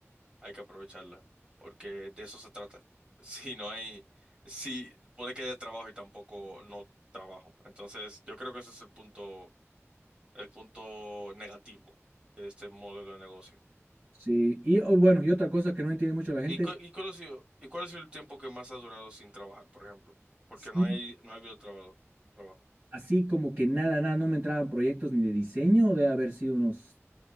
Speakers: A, on the right; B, on the right.
A: hay que aprovecharla, porque de eso se trata. <laughs> Si no hay, si puede que haya trabajo y tampoco no trabajo. Entonces, yo creo que ese es el punto el punto negativo de este modelo de negocio.
B: Sí, y oh, bueno, y otra cosa que no entiende mucho la gente,
A: ¿Y, cu- y cuál ha sido, y cuál ha sido el tiempo que más has durado sin trabajar, por ejemplo? Porque
B: Sí,
A: no hay, no ha habido trabajo, trabajo.
B: así como que nada, nada, no me entraban proyectos ni de diseño, de haber sido unos